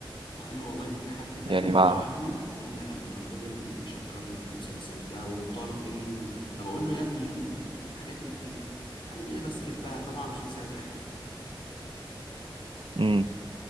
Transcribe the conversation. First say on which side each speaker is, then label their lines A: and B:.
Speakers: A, on the left; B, on the right.
A: مع انه والله ما في حد كلمته
B: يعني مع
A: عنه الا لما فضل يشكر لي في المسلسل ده وطار بيه و... طب اقول له يا ابني ال- الحاجات اللي بتيجي قال لي بسكبها طبعا مش مصدق
B: امم